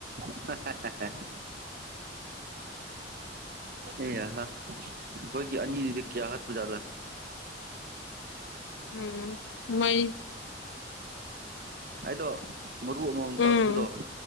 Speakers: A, on the right; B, on the left.
A: <unintelligible> ꯑꯦ ꯍ ꯑꯩꯈꯣꯏꯒꯤ ꯑꯅꯤꯗꯨꯗꯤ ꯀꯌꯥ ꯍꯥꯠꯄꯖꯥꯠꯂ
B: ꯎꯝ ꯃꯣꯏ
A: ꯑꯩꯗꯣ ꯃꯔꯨ ꯑꯃꯃꯝ
B: ꯎꯝ
A: ꯀꯥꯞꯄꯗꯣ